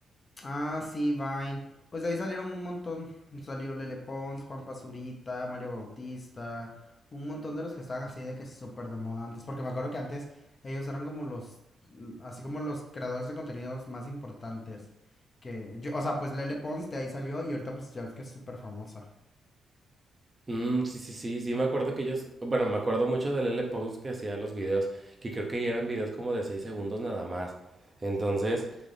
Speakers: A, on the left (about 35°); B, on the right (about 25°).
A: Ah, sí, Vine. Pues de ahí salieron un montón. Salió Lele Pons, Juan Pazurita, Mario Bautista, un montón de los que estaban así de que súper de moda antes. Porque me acuerdo que antes ellos eran como los, mm, así como los creadores de contenidos más importantes. Que yo, o sea, pues Lele Pons de ahí salió y ahorita pues ya ves que es súper famosa.
B: Mm, sí, sí, sí, sí, me acuerdo que ellos, bueno, me acuerdo mucho del L. Pons que hacía los videos, que creo que eran videos como de 6 segundos nada más. Entonces,